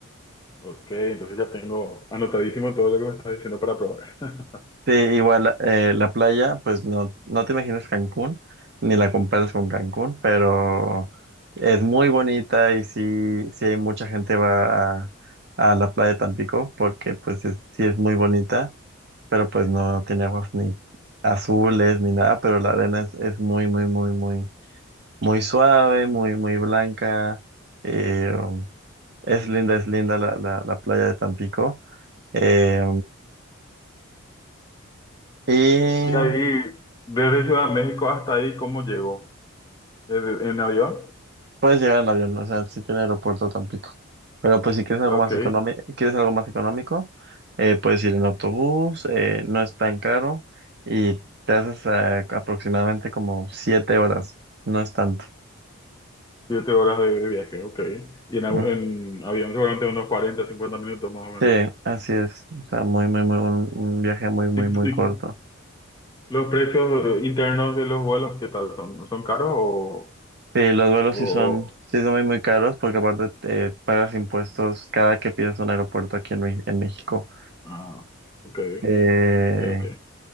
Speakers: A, on the left; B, on the right.
A: ok, entonces ya tengo anotadísimo todo lo que me estás diciendo para probar. <laughs>
B: Sí, igual eh, la playa, pues no, no te imaginas Cancún, ni la comparas con Cancún, pero es muy bonita y sí, sí hay mucha gente va a, a la playa de Tampico, porque pues es- sí es muy bonita, pero pues no tiene aguas ni azules ni nada, pero la arena es, es muy, muy, muy, muy muy suave, muy, muy blanca. eh, es linda, es linda la, la, la playa de Tampico. eh, y
A: Y ahí, desde Ciudad de México hasta ahí, ¿cómo llego? ¿En en avión?
B: puedes llegar en avión, o sea, sí tiene aeropuerto Tampico. Pero pues si quieres algo
A: Ok,
B: más económico, quieres algo más económico, eh, puedes ir en autobús, eh, no es tan caro y te haces eh, aproximadamente como siete horas, no es tanto.
A: siete horas de, de viaje, ok. Y en, au-
B: Ujú.
A: en avión seguramente unos 40 50 minutos más o menos.
B: Sí, así es. O sea, muy, muy, muy, un un viaje muy, muy,
A: ¿Y,
B: muy corto.
A: y los precios internos de los vuelos, qué tal son? ¿Son caros o...?
B: Sí, los vuelos
A: o,
B: sí
A: o-
B: son, sí son muy, muy caros porque aparte eh, pagas impuestos cada que pides un aeropuerto aquí en, Me- en México.
A: ah, ok,
B: Eh,
A: ok, ok.